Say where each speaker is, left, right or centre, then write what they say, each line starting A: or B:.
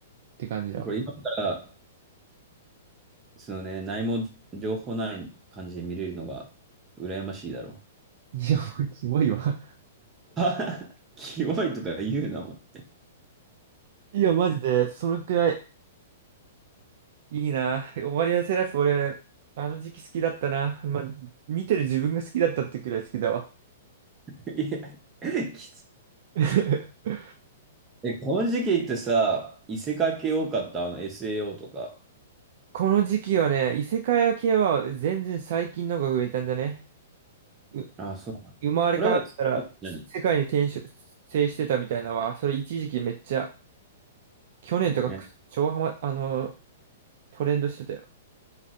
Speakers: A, on the right; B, on the right.
A: て感じだわ。
B: これ今から、そのね、何も情報ない感じで見れるのが羨ましいだろ
A: いや、もうキモいわ。
B: う。<laughs> キモいとか言うな、も
A: いや、マジで、そのくらいいいな。終わりのセラフ俺、あの時期好きだったな。まあ、見てる自分が好きだったってくらい好きだわ。
B: ういや、きつい
A: <laughs>
B: え、この時期ってさ、異世界系多かった、あの SAO とか。
A: この時期はね、異世界系は全然最近のが増えたんだね。う、
B: あ、そうなんだ。
A: 生まれ変わったら世界に転生してたみたいなのは、
B: これら異世界じゃない
A: それ一時期めっちゃ、去年とかく超ハマ、
B: ね。
A: あの、トレンドしてたよ。